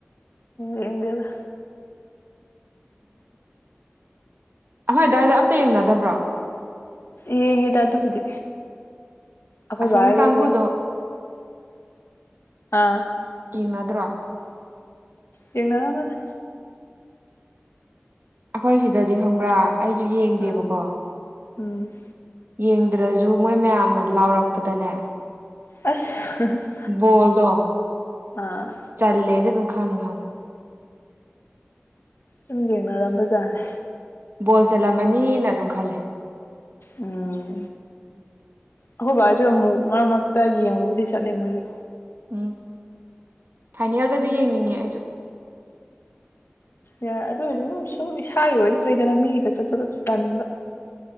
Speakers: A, on the left; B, on the right.
A: ꯌꯦꯡꯗꯗ
B: ꯅꯣꯏ ꯑꯗꯨꯋꯥꯏꯗ ꯑꯝꯇ ꯌꯦꯡꯅꯗꯕ꯭ꯔꯣ
A: ꯌꯦꯡꯉꯤꯗ ꯑꯗꯨꯕꯨꯗꯤ ꯑꯩꯈꯣꯏ
B: ꯑꯁꯣꯝꯒꯤ
A: ꯕꯥꯒꯁꯦ
B: ꯀꯥꯡꯕꯨꯗꯣ
A: ꯑꯥ
B: ꯌꯦꯡꯅꯗ꯭ꯔꯣ
A: ꯌꯦꯡꯅꯔꯝꯒꯅꯤ
B: ꯑꯩꯈꯣꯏ ꯁꯤꯗꯗꯤ ꯈꯪꯕ꯭ꯔꯥ ꯑꯩꯁꯨ ꯌꯦꯡꯗꯦꯕꯀꯣ
A: ꯑꯥ ꯎꯝ
B: ꯌꯦꯡꯗ꯭ꯔꯁꯨꯨ ꯃꯣꯏ ꯃꯌꯥꯝꯅ ꯂꯥꯎꯔꯛꯄꯗꯅꯦ
A: ꯑꯁ
B: ꯕꯣꯜꯗꯣ
A: ꯑꯥ
B: ꯆꯜꯂꯦꯖꯦ ꯑꯗꯨꯝ ꯈꯪꯉꯦ ꯈꯪꯉꯕ
A: ꯁꯨꯝ ꯌꯦꯡꯅꯔꯝꯕꯖꯥꯅꯦ
B: ꯕꯣꯜ ꯆꯠꯂꯝꯃꯅꯤꯅ ꯑꯗꯨꯝ ꯈꯜꯂꯦ
A: ꯎꯝ ꯑꯈꯣꯏ ꯕꯥ ꯍꯣꯏ ꯁꯨꯑꯃꯨꯛ ꯃꯔꯛ ꯃꯔꯛꯇ ꯌꯦꯡꯕꯕꯨꯗꯤ ꯆꯠꯂꯦ ꯃꯣꯏꯖꯨ
B: ꯎꯝ ꯐꯥꯏꯅꯦꯜꯗꯗꯤ ꯌꯦꯡꯅꯤꯡꯉꯦ ꯑꯩꯖꯨ
A: ꯌꯥ ꯑꯗꯨ ꯑꯣꯏꯁꯨ ꯁꯨꯝ ꯏꯁꯥꯒꯤ ꯑꯣꯏꯗꯤ ꯐꯩꯗꯅ ꯃꯤꯒꯤꯗ ꯆꯠꯄꯗ ꯇꯟꯕ